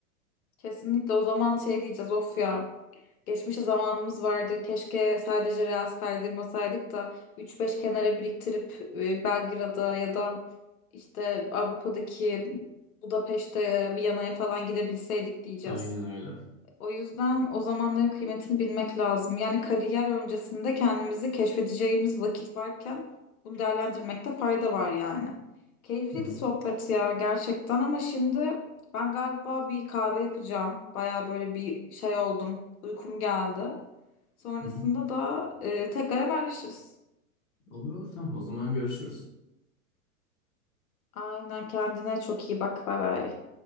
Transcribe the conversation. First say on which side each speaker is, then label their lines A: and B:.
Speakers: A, on the left; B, on the left.
A: Kesinlikle o zaman şey diyeceğiz of ya. Geçmişe zamanımız vardı. Keşke sadece reels kaydırmasaydık da üç beş kenara biriktirip e, Belgrad'a ya da işte Avrupa'daki Budapeşte, Viyana'ya falan gidebilseydik diyeceğiz.
B: Aynen öyle.
A: O yüzden o zamanların kıymetini bilmek lazım. Yani kariyer öncesinde kendimizi keşfedeceğimiz vakit varken bunu değerlendirmekte fayda var yani. Keyifliydi
B: Hı hı,
A: sohbet ya gerçekten ama şimdi ben galiba bir kahve yapacağım. Baya böyle bir şey oldum. Uykum geldi. Sonrasında
B: hı hı.
A: da e, tekrar haberleşiriz.
B: Olur olur tamam o zaman görüşürüz.
A: Aynen kendine çok iyi bak. Bay bay.